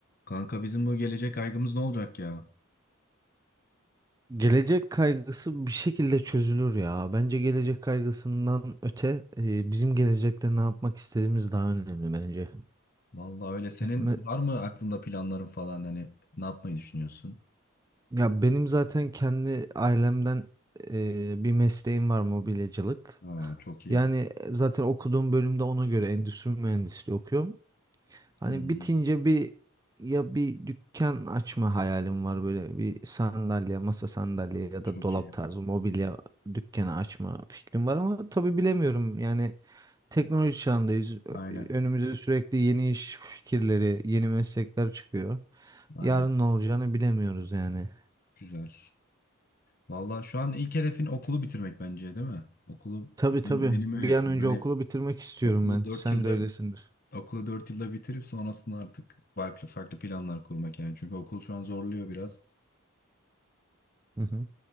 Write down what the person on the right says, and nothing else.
Gelecek kaygısı bir şekilde çözülür ya. Bence gelecek kaygısından öte e, bizim gelecekte ne yapmak istediğimiz daha önemli bence.
Me-
Ya benim zaten kendi ailemden e, bir mesleğim var mobilyacılık.
Yani e, zaten okuduğum bölümde ona göre endüstri mühendisliği okuyorum. Hani
bitince bir ya bir dükkan açma hayalim var böyle bir sandalye, masa sandalye ya
da dolap
tarzı mobilya dükkanı açma fikrim var ama tabii bilemiyorum. Yani teknoloji çağındayız. Ö-
Önümüze sürekli yeni iş fikirleri, yeni meslekler çıkıyor.
Yarın ne olacağını bilemiyoruz yani.
Tabii
tabii.
Bir an
önce
okulu bitirmek istiyorum
ben.
Sen
de öylesindir.
Hı hı.